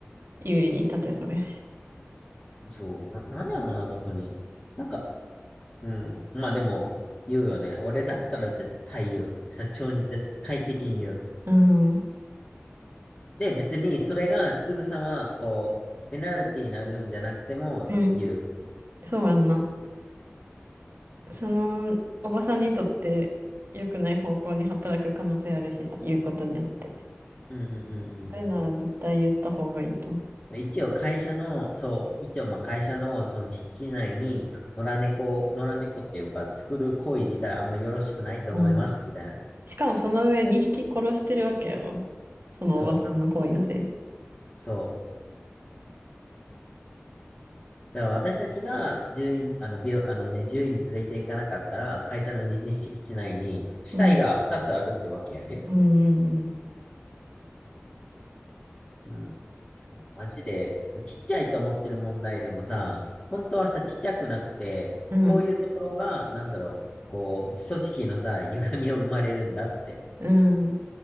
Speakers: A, on the right; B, on the left.
A: 有利に立てそうやし。
B: そう、な、なんやろな、あの子に。なんか、うん。まあでも、言うよね。俺だったら絶対言う。社長に絶対的に言う。
A: うん。
B: で、別にそれがすぐさま、こう、ペナルティになるんじゃなくても言う。
A: うん。そうやんな。その、おばさんにとって良くない方向に働く可能性あるしさ、言うことによって。
B: うんうんうんうん。
A: あるなら絶対言った方がいいと
B: まあ一応会社の、そう、一応まあ会社のその敷地内に野良猫、野良猫っていうか作る行為自体あんまよろしくないと思います、
A: 思う。うん。
B: みたいな。
A: しかもその上2匹殺してるわけやろ。そのおばさんの行為のせいで。
B: そう、そう。だから私たちが獣医、あの、病、あのね、獣医に連れて行かなかったら、会社の日敷地内に死体が2つあるってわけやで。
A: うん。うんうん
B: うん。マジで、ちっちゃいと思ってる問題でもさ、本当はさ、ちっちゃくなくて、
A: うん。
B: こういうところが、なんだろう、こう、組織のさ、歪みを生まれるんだって
A: うん。うん。